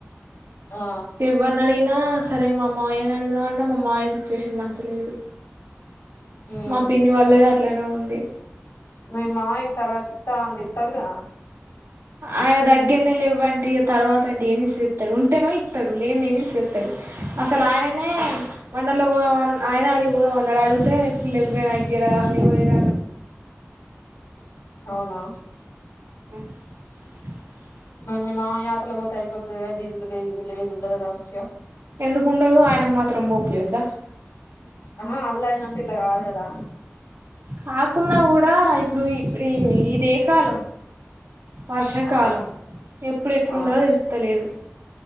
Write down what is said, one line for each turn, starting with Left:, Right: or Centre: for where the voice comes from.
Left: ఆ
Right: ఎవనడిిన సరే మామ్ మాయేని అడుగుదామన్న మామ్ మామయ్య సిచ్యువేషన్ మంచిలేదు
Left: మ్మ్
Right: మా పిన్ని వాళ్ళ అట్లనే ఉంది
Left: న మా తర్వాత ఇస్తా అంట ఇస్తాడుగా
Right: ఆయన దగ్గరనే లేవ్వంట తర్వాత అంటే ఏమి చేస్తాడు ఉంటేనో ఇస్తాడు లేని ఏమి చేస్తాడు అసలు ఆయన మండల్లో పోదాం ఆయన అడిగిపోదామ అన్నాడు అడిగితే పల్లయిన దగ్గర ఏరా
Left: అవునా
Right: <inaudible>
Left: మమ్ మామ ఆటలో పోతే అయిపోతుది క డీజిల్ ఏది ఉండదు మంచిగా
Right: ఎందుకుండవ్ ఆయనకు మాత్రం పోపీయొద్ద.
Left: ఆహా అలైనంత ఇట్ల కాదు కదా.
Right: కాకున్నా కూడా, ఇప్పుడు ఇప్డి ఇదే కాలం. వర్షాకాలం
Left: ఆ
Right: ఎప్పుడు ఎట్లుంటదో
Left: ఆ
Right: తేలుత్తలేదు.